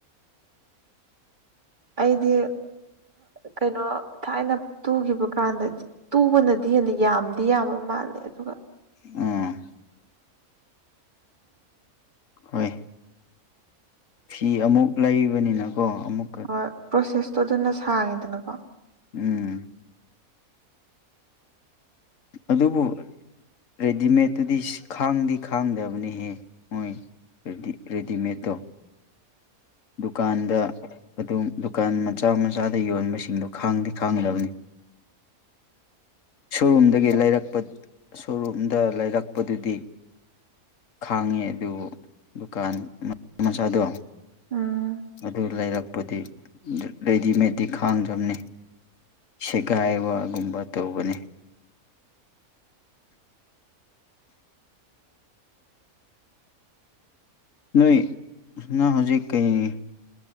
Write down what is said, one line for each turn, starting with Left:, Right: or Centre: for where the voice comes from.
Right: ꯑꯩꯗꯤ ꯀꯩꯅꯣ ꯊꯥꯏꯅ ꯇꯨꯒꯤꯕ ꯀꯥꯟꯗꯗꯤ ꯇꯨꯕꯅꯗꯤ ꯍꯦꯟꯅ ꯌꯥꯝꯗꯤ ꯌꯥꯝꯕ ꯃꯥꯜꯂꯦ ꯑꯗꯨꯒ
Left: ꯎꯝ꯫ ꯍꯣꯏ ꯐꯤ ꯑꯃꯨꯛ ꯂꯩꯕꯅꯤꯅꯀꯣ ꯑꯃꯨꯛꯀ
Right: ꯍꯣꯏ ꯄ꯭ꯔꯣꯁꯦꯁꯇꯣ ꯑꯗꯨꯅ ꯁꯥꯡꯉꯤꯗꯅꯀꯣ꯫
Left: ꯎꯝ꯫ ꯑꯗꯨꯕꯨ ꯔꯦꯗꯤꯃꯦꯠꯇꯨꯗꯤ ꯈꯥꯡꯗꯤ ꯈꯥꯡꯗꯕꯅꯤꯍꯦ ꯃꯣꯏ꯫ ꯔꯦꯗꯤ ꯔꯦꯗꯤꯃꯦꯠꯇꯣ꯫ ꯗꯨꯀꯥꯟꯗ ꯑꯗꯨꯝ ꯗꯨꯀꯥꯟ ꯃꯆꯥ ꯃꯆꯥꯗ ꯌꯣꯟꯕꯁꯤꯡꯗꯣ ꯈꯥꯡꯗꯤ ꯈꯥꯡꯗꯕꯅꯤ꯫
Right: <inaudible>
Left: ꯁꯣꯔꯨꯝꯗꯒꯤ ꯂꯩꯔꯛꯄ ꯁꯣꯔꯨꯝꯗ ꯂꯩꯔꯛꯄꯗꯨꯗꯤ ꯈꯥꯡꯉꯦ ꯑꯗꯨ ꯗꯨꯀꯥꯟ ꯃꯆꯥꯗꯣ
Right: ꯎꯝ
Left: ꯑꯗꯨ ꯂꯩꯔꯛꯄꯗꯤ ꯔꯦꯗꯤꯃꯦꯠꯇꯤ ꯈꯥꯡꯗꯝꯅꯦ ꯁꯦꯒꯥꯏꯕꯒꯨꯝꯕ ꯇꯧꯕꯅꯦ ꯅꯣꯏ ꯅꯪ ꯍꯧꯖꯤꯛ ꯀꯩ